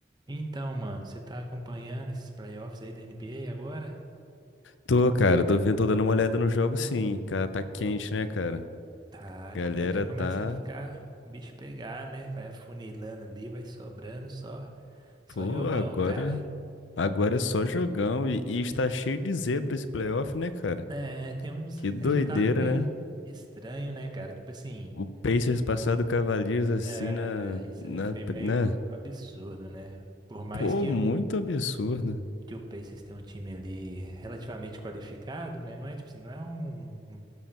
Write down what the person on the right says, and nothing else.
Então, mano, você tá acompanhando esses playoffs aí da NBA agora?
Tá, agora
que começa
a ficar o bicho pegar, né? Vai afunilando ali, vai sobrando só, só
jogão,
cara.
É, tem uns
resultados meio
estranho, né, cara? Tipo assim,
é,
isso
aí foi meio
absurdo, né? Por mais
que
o,
que o Pacers tenha um time ali relativamente qualificado, né? Não é tipo assim, não é um, um